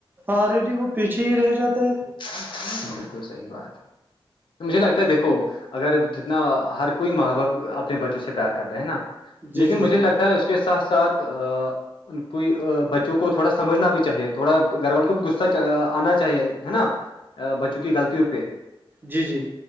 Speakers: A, on the right; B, on the left.
A: آلریڈی وہ پیچھے ہی رہ جاتا ہے
B: ج بالکل صحیح بات مجھے لگتا ہے دیکھو اگر جتنا ہر کوئی ماں باپ اپنے بچوں سے پیار کرتا ہے نا
A: جی
B: لیکن
A: جی
B: مجھے
A: جی
B: لگتا ہے اس کے ساتھ ساتھ ان کو بچوں کو تھوڑا سمجھنا بھی چاہیے تھوڑا گھر والوں کو بھی غصہ آنا چاہیے ہے نا بچوں کی غلطیوں پہ
A: جی جی